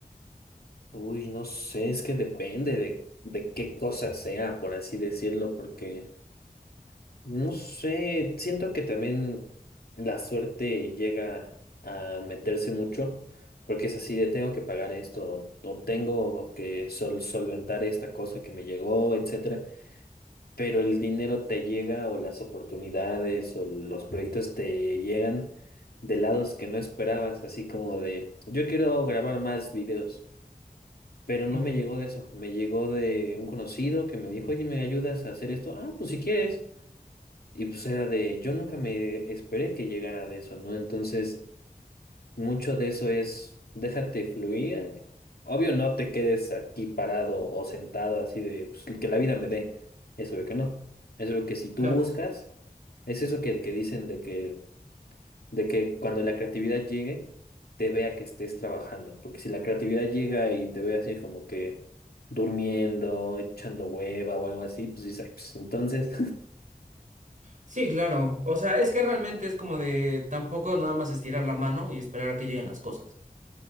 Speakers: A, on the left; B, on the right.
A: Uy, no sé, es que depende de, de qué cosa sea, por así decirlo, porque no sé, siento que también la suerte llega a meterse mucho, porque es así de tengo que pagar esto o tengo que sol- solventar esta cosa que me llegó, etcétera. pero el dinero te llega o las oportunidades o los proyectos te llegan de lados que no esperabas, así como de, yo quiero grabar más videos, pero no
B: Ujú,
A: me llegó de eso, me llegó de un conocido que me dijo, oye, ¿me ayudas a hacer esto? Ah, pues si quieres. Y pues era de, yo nunca me esperé que llegara de eso, ¿no? Entonces... Mucho de eso es, déjate fluir. Obvio, no te quedes aquí parado o sentado así de pues, que la vida me dé. Eso veo que no. Eso veo que si
B: claro.
A: tú buscas, es eso que, que dicen de que, de que cuando la creatividad llegue, te vea que estés trabajando. Porque si la creatividad llega y te ve así como que durmiendo, echando hueva o algo así, pues dices, "Ay, pues entonces,
B: Sí, claro. O sea, es que realmente es como de tampoco nada más estirar la mano y esperar a que lleguen las cosas.